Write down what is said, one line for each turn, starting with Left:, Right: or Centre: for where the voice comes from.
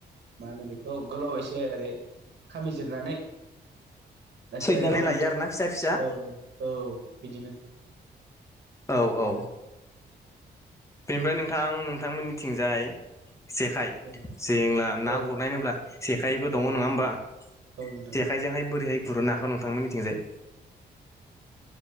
Right: मा होनो बेखौ गोलाव एसे ओरै खामिजिरनानै एसे
Left: सैनानै
Right: ओरै राउन्ड
Left: लायो आरोना फिसा फिसा
Right: औ औ औ बिदिनो
Left: औ औ बेनिफ्राय नोंथां नोंथांमोननिथिंजाय जेखाइ
Right: औ
Left: जेब्ला
Right: औ
Left: ना गुरनाय होनब्ला जेखाइबो
Right: औ
Left: दङ
Right: नोंथां
Left: नङा होमबा
Right: औ नोंथां
Left: जेखायजोंहाय
Right: औ
Left: बोरैहाय गुरनो हागौ नोंथांमोननिथिंजाय